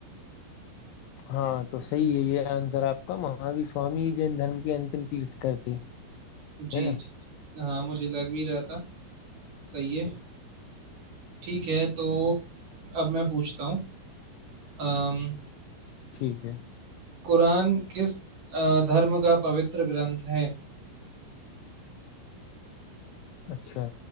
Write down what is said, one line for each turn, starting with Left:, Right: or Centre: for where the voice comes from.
Left: हाँ तो सही है ये आंसर आपका महावीर स्वामी ही जैन धर्म के अंतिम तीर्थकर थे
Right: जी
Left: है ना
Right: जी हाँ मुझे लग भी रहा था सही है ठीक है तो अब मैं पूछता हूँ अम,
Left: ठीक है
Right: कुरान किस अ, धर्म का पवित्र ग्रंथ है
Left: अच्छा